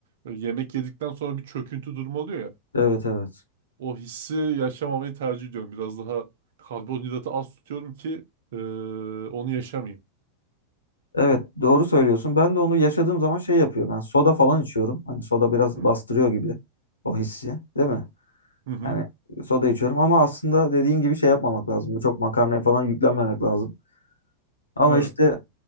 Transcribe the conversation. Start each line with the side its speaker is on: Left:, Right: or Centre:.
Right: Böyle yemek yedikten sonra bir çöküntü durumu oluyor ya.
Left: evet, evet.
Right: O hissi yaşamamayı tercih ediyorum. Biraz daha karbonhidratı az tutuyorum ki eee, onu yaşamayayım.
Left: Evet, doğru söylüyorsun. Ben de onu yaşadığım zaman şey yapıyorum. Yani soda falan içiyorum. Hani soda biraz
Right: Hı hı.
Left: bastırıyor gibi o hissi, değil mi?
Right: Hı hı.
Left: Yani soda içiyorum ama aslında dediğin gibi şey yapmamak lazım. Çok makarnaya falan yüklenmemek lazım. Ama
Right: Evet.
Left: işte